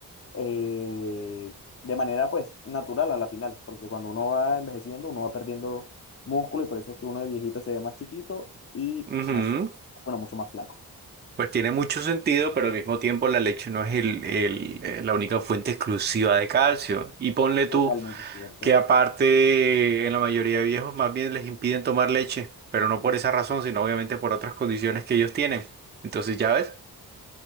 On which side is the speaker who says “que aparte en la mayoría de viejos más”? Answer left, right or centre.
Right